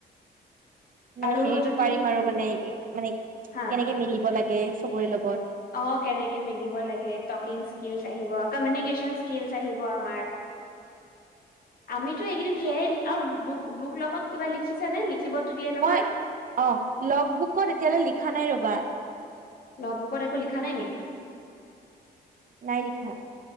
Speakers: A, on the right (about 50°); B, on the left (about 60°).
A: মানে
B: আৰু
A: হেৰিতটো
B: যদি
A: পাৰিম আৰু মানে মানে কেনেকে
B: হা
A: মিলিব লাগে চবৰে লগত।
B: অ' কেনেকে মিবিব লাগে টকিং স্কিল আহিব কমিনিকেচন স্কিল আহিব আমাৰ, আমিতো এইকেইদিন সেয়াই ল বু বুক লগত কিবা লিখিছ নে লিখিবতো দিয়ে নহয়।
A: মই অ লগ বুকত এতিয়ালৈ লিখা নাই ৰবা
B: লগ বুকত একো লিখা নাই নেকি?
A: নাই লিখা।